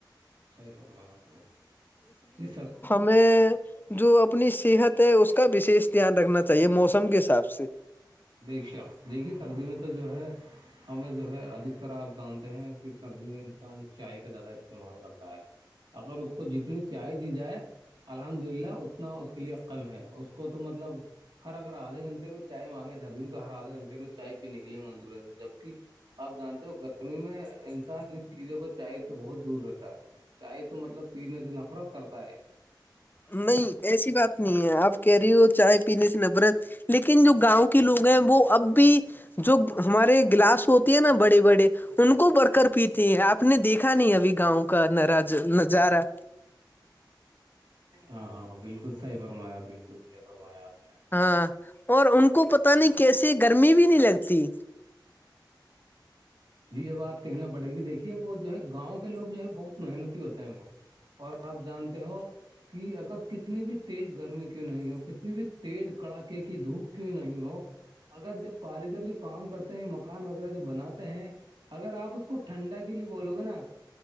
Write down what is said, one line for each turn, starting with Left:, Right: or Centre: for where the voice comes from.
Right: صحیح ہو رہا اپنا یہ سر
Left: ہم جو اپنی صحت ہے اس کا وشیش دھیان رکھنا چاہیے موسم کے حساب سے
Right: دیکا دیکھیے سردی میں تو جو ہے ہمیں جو ہے ادھکتر آپ جانتے ہیں کہ سردی میں انسان چائے کا زیادہ استعمال کرتا ہے اگر اس کو جتنی چائے دی جائے الحمد للہ اتنا اس کے لیے کم ہے اس کو تو مطلب ہر اگر آدھے گھنٹے میں چائے مانگے سردی میں تو ہر آدھے گھنٹے میں چائے پینے کے لیے منظور ہے جبک آپ جانتے ہو گرمی میں انسان ان چیزوں کو چائے سے بہت دور رہتا ہے چائے تو مطلب پینے سے نفرت کرتا ہے
Left: نہیں ایسی بات نہیں ہے آپ کہہ رہی ہو چائے پینے سے نبرت لیکن جو گاؤں کے لوگ ہیں وہ اب بھی جو ہمارے گلاس ہوتی ہے نا بڑے بڑے ان کو بڑ کر پیتے ہیں آپ نے دیکھا نہیں ابھی گاؤں کا نراج نظارہ
Right: ہاں ہاں بالکل صحیح فرمایا بالکل صح فرمایا آپ نے
Left: ہاں اور ان کو پتہ نہیں کیسے گرمی بھی نہیں لگتی
Right: جی یہ بات کہنا پڑے گی دیکھیے وہ جو ہے گاؤں لوگ جو ہے بہت محنتی ہوتے ہیں وہ اور آپ جانتے ہو کہ اگر کتنی بھی تیز گرمی کیوں نہیں ہو کتنی بھی تیز کڑاکے کی دھوپ کیوں نہیں ہو اگر جب کاریگر جو کام کرتے ہیں مکان وغیرہ جو بناتے ہیں اگر آپ اس کو ٹھنڈا کے لیے بولو گے نا